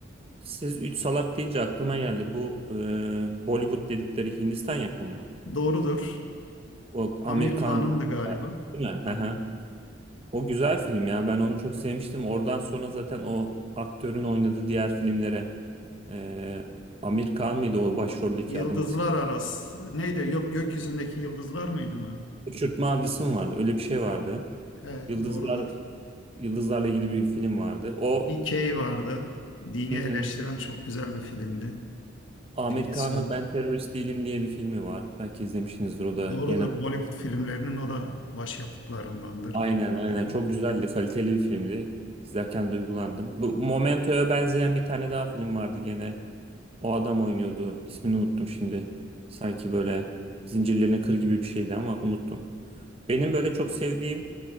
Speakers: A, on the right; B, on the left.
A: Siz Üç Salak deyince aklıma geldi. Bu e, Bollywood dedikleri Hindistan yapımı mı?
B: Doğrudur.
A: O Amerikan
B: Amir Khan'ındı galiba.
A: değil mi?
B: Tamam.
A: O güzel film ya. Ben onu çok sevmiştim. Oradan sonra zaten o aktörün oynadığı diğer filmlere eee Amir Khan mıydı o başroldeki
B: Yıldızlar
A: adamın ismi?
B: arası. Neydi? Yok gökyüzündeki yıldızlar mıydı mı?
A: Uçurtma Avcısı mı vardı? Öyle bir şey vardı.
B: He,
A: Yıldızlar
B: doğrudur.
A: Yıldızlarla ilgili bir film vardı. O
B: Bir Key vardı. Dini
A: hı
B: eleştiren
A: hı.
B: çok güzel bir filmdi.
A: Amir
B: Dini
A: Khan'ın
B: söv-
A: Ben Terörist Değilim diye bir filmi var. Belki izlemişsinizdir. O da
B: Doğrudur.
A: gene
B: Bollywood filmlerinin o da başyapıtlarındandır
A: aynen aynen
B: dedim.
A: çok güzeldi. Kaliteli bir filmdi. İzlerken duygulandım. Bu Momento'ya benzeyen bir tane daha film vardı gene. O adam oynuyordu. İsmini unuttum şimdi. Sanki böyle zincirlerine kır gibi bir şeydi ama unuttum. Benim böyle çok sevdiğim,